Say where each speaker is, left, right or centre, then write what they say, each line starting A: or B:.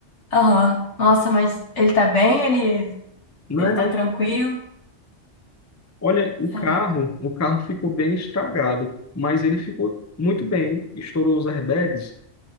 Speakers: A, on the left; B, on the left.
A: Aham. Nossa, mas ele tá bem? Ele,
B: Não,
A: ele
B: é,
A: tá
B: não.
A: tranquilo?
B: Olha, o
A: Caraca.
B: carro, o carro ficou bem estragado, mas ele ficou muito bem. Estourou os airbags,